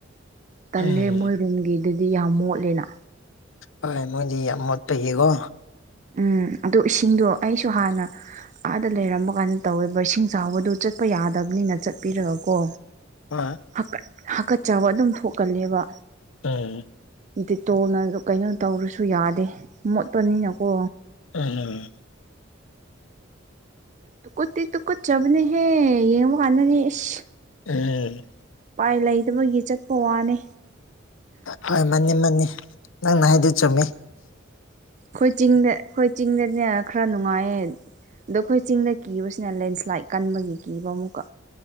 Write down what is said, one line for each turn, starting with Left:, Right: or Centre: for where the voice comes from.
Right: ꯇꯜꯂꯦ
Left: ꯎꯝ
Right: ꯃꯣꯏ ꯔꯨꯝꯒꯤꯗꯨꯗꯤ ꯌꯥꯝ ꯃꯣꯠꯂꯦꯅ
Left: ꯍꯣꯏ ꯃꯣꯏꯗꯤ ꯌꯥꯝ ꯃꯣꯠꯄꯒꯤꯀꯣ
Right: ꯎꯝ ꯑꯗꯨ ꯏꯁꯤꯡꯗꯣ ꯑꯩꯁꯨ ꯍꯥꯟꯅ ꯑꯥꯗ ꯂꯩꯔꯝꯕꯒꯥꯟꯗ ꯇꯧꯋꯦꯕ ꯏꯁꯤꯡ ꯆꯥꯎꯕꯗꯨ ꯆꯠꯄ ꯌꯥꯗꯕꯅꯤꯅ ꯆꯠꯄꯤꯔꯒ ꯀꯣ
Left: ꯍꫭꯏ
Right: ꯍꯥꯀꯠ ꯍꯥꯀꯠ ꯆꯕ ꯑꯗꯨꯝ ꯊꯣꯛ ꯀꯜꯂꯦꯕ
Left: ꯎꯝ
Right: ꯗꯤꯇꯣꯜꯅ ꯖꯨ ꯀꯩꯅꯣ ꯇꯧꯔꯁꯨ ꯌꯥꯗꯦ ꯃꯣꯠꯄ ꯅꯤꯅꯀꯣ
Left: ꯎꯝ
Right: ꯇꯨ ꯀꯨꯠꯇꯤ ꯇꯨ ꯀꯨꯠ ꯆꯕꯅꯦ ꯍꯦ ꯌꯦꯡꯕꯥ ꯀꯥꯟꯗꯗꯤ ꯏꯁ
Left: ꯎꯝ
Right: ꯄꯥꯏ ꯂꯩꯇꯕꯒꯤ ꯆꯠꯄ ꯋꯥꯅꯦ
Left: ꯍꯣꯏ ꯃꯥꯅꯤ ꯃꯥꯅꯤ ꯅꯪ ꯅ ꯍꯥꯏꯗ‌ꯣ ꯆꯨꯝꯃꯤ
Right: ꯈꯣꯏ ꯆꯤꯡꯗ ꯈꯣꯏ ꯆꯤꯡꯗꯅꯦ ꯈꯔ ꯅꯨꯡꯉꯥꯏꯌꯦ ꯗꯨ ꯈꯣꯏ ꯆꯤꯡꯗ ꯀꯤꯕꯁꯤꯅ ꯂꯦꯟꯁ꯭ꯂꯥꯏꯠ ꯀꯟꯕꯒꯤ ꯀꯤꯕ ꯑꯃꯨꯛꯀ